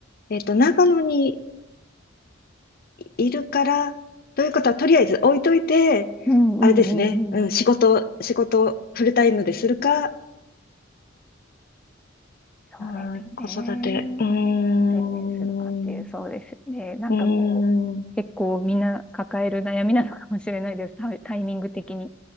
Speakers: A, on the left; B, in the centre.
A: えっと、長野にいるから、ということは、とりあえず置いといて、
B: うん、うん、
A: あれですね。
B: うん、
A: うん、
B: うん。
A: 仕事、仕事をフルタイムでするか、
B: そうですよね。
A: うん、子育て。うーん、
B: 専念するかっていう、
A: う
B: そうですよね。なんかもう、
A: ーん、
B: 結構みんな抱える悩みなのかもしれないです。タイタイミング的に。